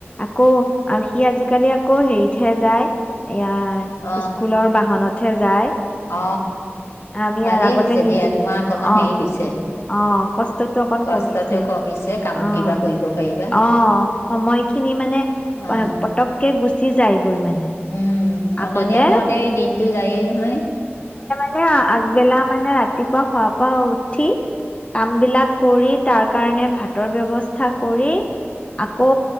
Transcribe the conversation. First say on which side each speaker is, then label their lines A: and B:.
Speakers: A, on the left; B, on the left.
A: আকৌ আৰু সি আজিকালি আকৌ হেৰিতহে যায় এয়া
B: অ
A: স্কুলৰ বাহনত উঠে যায় আমি
B: অ ভালেই
A: আৰু আগতে
B: হৈছে
A: নিজে
B: দিয়া তোমাৰ অকমান
A: অঁ
B: হেৰি হৈছে
A: অঁ কষ্টতটো অকন
B: কষ্টটো
A: কমিছে
B: কমিছে কামো
A: অঁ
B: কিবা কৰিব পাৰিবা
A: অঁ সময়খিনি মানে
B: অ
A: পতককে গুছি চি যায় গৈ মানে
B: উম
A: আগতে
B: অনানিয়া কওঁতে দিনতটো যায়ে নহয়
A: অঁ আগবেলা মানে ৰাতিপুৱা শুৱ পৰা উঠি কাম বিলাক কৰি তাৰ কাৰণে ভাতৰ ব্যৱস্থা কৰি আকৌ